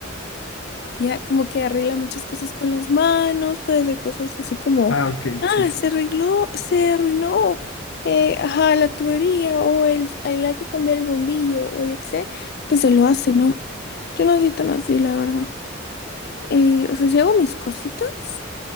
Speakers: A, on the left; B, on the left.
A: Ya como que arregla muchas cosas con las manos, puede hacer cosas así como,
B: Ah, ok,
A: ah,
B: sí.
A: se arregló, se arruinó, eh, ajá, la tubería o el, el hay que cambiar el bombillo o yo qué sé, pues se lo hace, ¿no? Yo no soy tan así, la verdad. Eh, o sea, sí hago mis cositas,